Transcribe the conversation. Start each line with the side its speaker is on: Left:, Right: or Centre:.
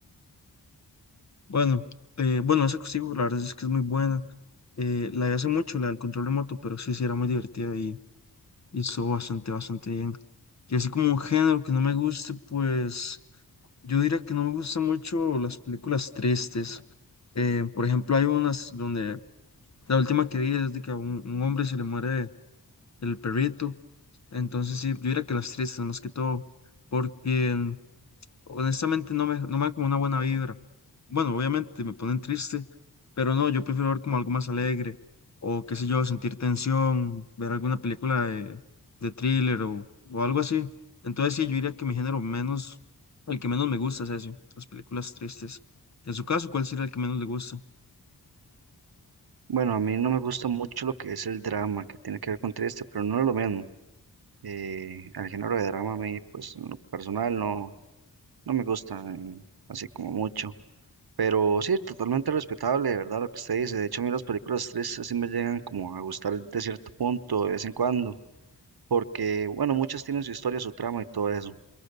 Left: Bueno, eh, bueno, esa consigo la verdad es que es muy buena. Eh, la de hace mucho, la del control remoto, pero sí, sí era muy divertida y, y estuvo bastante, bastante bien. Y así como un género que no me guste, pues yo diría que no me gustan mucho las películas tristes. Eh, por ejemplo, hay unas donde la última que vi es de que a un, un hombre se le muere el perrito. Entonces sí, yo diría que las tristes más que todo, porque honestamente no me, no me da como una buena vibra. Bueno, obviamente me ponen triste, pero no, yo prefiero ver como algo más alegre o qué sé yo, sentir tensión, ver alguna película de, de thriller o, o algo así. Entonces sí, yo diría que mi género menos, el que menos me gusta es ese, las películas tristes. En su caso, ¿cuál sería el que menos le gusta?
Right: Bueno, a mí no me gusta mucho lo que es el drama, que tiene que ver con triste, pero no es lo mismo. Eh, el género de drama a mí, pues en lo personal no, no me gusta eh, así como mucho. Pero sí, totalmente respetable, ¿verdad? Lo que usted dice. De hecho, a mí las películas tristes sí me llegan como a gustar de cierto punto, de vez en cuando, porque, bueno, muchas tienen su historia, su trama y todo eso.